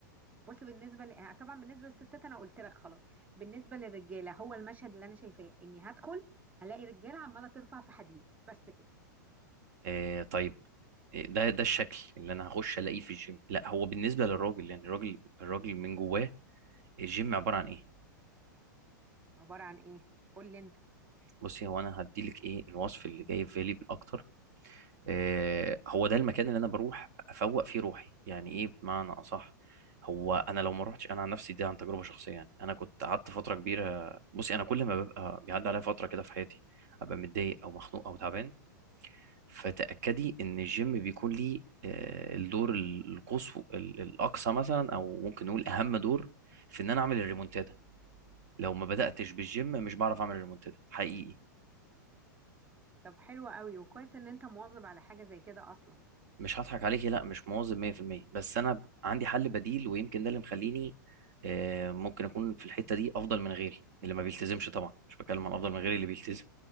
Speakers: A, on the right; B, on the right.
A: بص بالنسبه ل... آه، طبعا بالنسبه للستات انا قلت لك خلاص بالنسبه للرجاله هو المشهد اللي انا شايفاه اني هدخل الاقي رجاله عماله ترفع في حديد بس كده
B: آه، طيب آه، ده ده الشكل اللي انا هخش الاقيه في الجيم لا هو بالنسبه للراجل يعني الراجل الراجل من جواه الجيم عباره عن ايه
A: عباره عن ايه قول لي انت
B: بصي هو انا هدي لك ايه الوصف اللي جاي في بالي بالاكتر آه، هو ده المكان اللي انا بروح افوق فيه روحي يعني ايه بمعنى اصح هو انا لو ما روحتش انا عن نفسي دي عن تجربه شخصيه يعني انا كنت قعدت فتره كبيره بصي انا كل ما ببقى بيعدي عليا فتره كده في حياتي ابقى متضايق او مخنوق او تعبان فتاكدي ان الجيم بيكون ليه آه، الدور القصوى ال- الاقصى مثلا او ممكن نقول اهم دور في ان انا اعمل الريمونتادا لو ما بداتش بالجيم مش بعرف اعمل الريمونتادا حقيقي
A: طب حلو قوي وكويس ان انت مواظب على حاجه زي كده اصلا
B: مش هضحك عليكي لا مش مواظب 100% بس انا عندي حل بديل ويمكن ده اللي مخليني آه، ممكن اكون في الحته دي افضل من غيري اللي ما بيلتزمش طبعا مش بتكلم عن افضل من غيري اللي بيلتزم